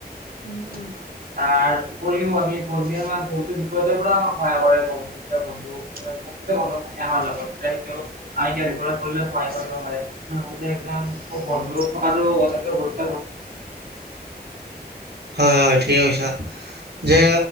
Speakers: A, on the right; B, on the right.
A: উম। তাৰ উপৰিও আমি বন্ধুই আমাক বহুতো বিপদৰ পৰা আমাক সহায় কৰে। বন্ধু যেতিয়া বন্ধু- প্ৰকৃত বন্ধু থাকে আমাৰ লগত, তেতিয়া সিহঁতেও আমি কিবা বিপদত পৰিলেও সহায় কৰিব পাৰে। মই ভাবো যে এজন বন্ধু থকাটো অতিকৈ গুৰুত্বপূৰ্ণ।
B: হয়, হয়, ঠিকে কৈছা। যে